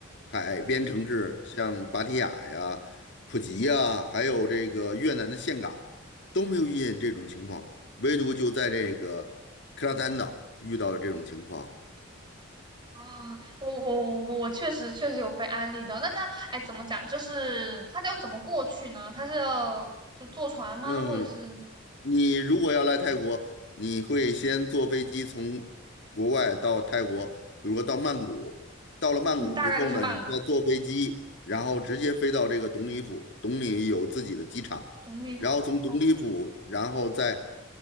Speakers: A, on the left; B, on the right.
A: 海边城市，像芭提雅呀、普吉呀，
B: 嗯
A: 还有这个越南的岘港，都没有遇见这种情况，唯独就在这个克拉丹岛遇到了这种情况。
B: 啊，我我我我确实确实有被安利的。那他哎，怎么讲？就是他要怎么过去呢？他是要就坐船吗？
A: 嗯，
B: 或者是
A: 你如果要来泰国，你会先坐飞机从国外到泰国，比如说到曼谷。到了曼谷之后呢，
B: 嗯，大概率是曼谷
A: 你再坐飞机，然后直接飞到这个董里府。董里有自己的机场，
B: 东丽府。
A: 然后从董里府，
B: OK，
A: 然后再